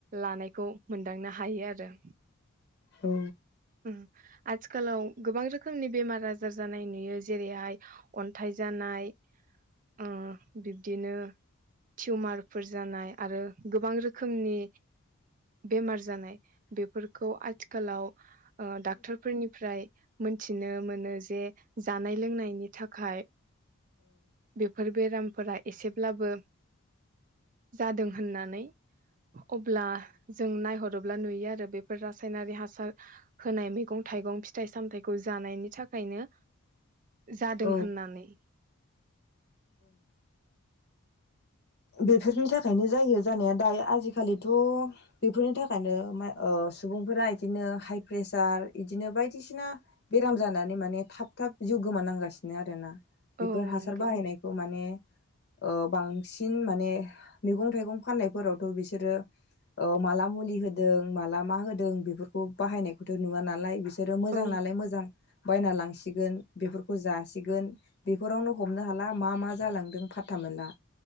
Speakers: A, on the right; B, on the left.
A: लानायखौ मोनदांनो हायो आरो।
B: औ
A: उम आथिखालाव गोबां रोखोमनि बेमार आजार जानाय नुयो जेरैहाय अन्थाइ जानाय ओ‌ बिब्दिनो टिउमारफोर जानाय आरो गोबां रोखोमनि बेमार जानाय। बे फोरखौ आथिखालाव आ डाक्टारफोरनि फ्राय मोनथिनो मोनो जे जानाय लोंनायनि थाखाय बेफोर बेरामफोरा एसेब्लाबो जादों होननानै। अब्ला जों नायहरोब ब्ला नुयो आरो बेफोर रासायनारि हासार होनाय मैगं थाइगं फिथाइ सामथायाइखौ जानायनि थाखायनो जादों
B: औ
A: होननानै।
B: ओ बेफोरनि थाखायनो जायो जानाया दायो आजिखालिथ' बेफोरनि थाखायनो म ओ सुबुंफोरा इदिनो हाइ प्रेसार इदिनो बायदिसिना बेराम जानानै माने थाब थाब जिउ गोमानांगासिनो आरोना। बेफोर
A: औ
B: हासार
A: नंगौ
B: बाहायनायखौ माने ओ बांसि सिन माने मैगं थाइगं फाननायफोरावथ' बिसोरो ओ माला मुलि होदों माला मा होदों बेफोरखौ बाहायनायखौथ' नुवा नालाय बिस सोरो मोजां
A: औ
B: नालाय मोजां बायना लांसिगोन बेफोरखौ जा सिगोन बेफोरावनो हमनो हाला मा मा जालांदों फादथा मोनला